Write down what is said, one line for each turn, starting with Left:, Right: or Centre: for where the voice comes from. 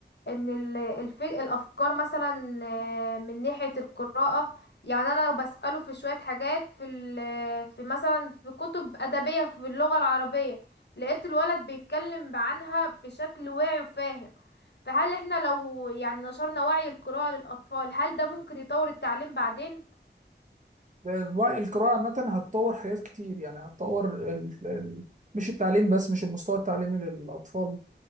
Left: ان ال- الف... الافكار مثلا آه، من ناحية القراءة يعني انا بسأله في شوية حاجات في ال... في مثلا في كتب ادبية في اللغة العربية لقيت الولد بيتكلم عنها بشكل واعي وفاهم فهل احنا لو يعني نشرنا وعي القراءة للأطفال هل ده ممكن يطور التعليم بعدين؟
Right: الوعي- القراءة عامة هتطور حاجات كتير يعني هتطور ال... ال... مش التعليم بس مش المستوى التعليمي للأطفال